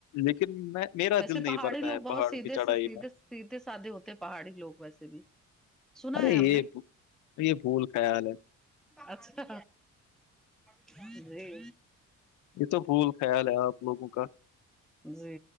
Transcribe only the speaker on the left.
لیکن میں میرا
دل نہیں
بڑتا
ہے
پہاڑوں
کی چڑھائی
میں
ارے
یہ
یہ بھول خیال ہے
یہ تو بھول خیال ہے آپ لوگوں کا